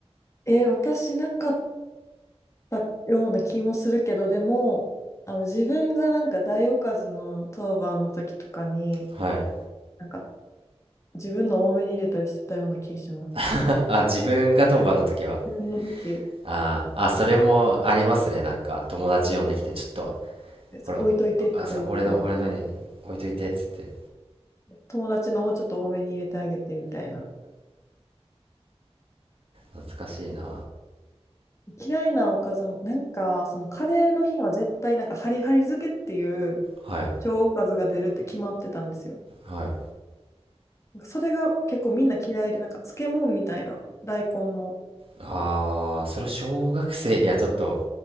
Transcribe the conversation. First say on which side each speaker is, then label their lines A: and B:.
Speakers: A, on the left; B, on the right.
A: えー私なかったような気もするけど、でも、あの自分がなんか大おかずの当番の時とかに、
B: はい
A: なんか自分の多めに入れたりしてたような気がします。
B: <laughs> あ自分が当番の時は
A: 自分の時、
B: あーあそれもありますねなんか友達呼んできてちょっと
A: そう置いといてとか言って、
B: これあさ俺の俺のに置いといてっつって
A: 友達のもちょっと多めに入れてあげてみたいな。
B: 懐かしいな
A: 嫌いなおかずも、なんか、そのカレーの日は絶対なんかハリハリ漬けっていう
B: はい
A: 小おかずが出るって決まってたんですよ。
B: はい
A: なんかそれが結構みんな嫌いで、なんか漬物みたいな、大根も。
B: ああそれ小学生にはちょっと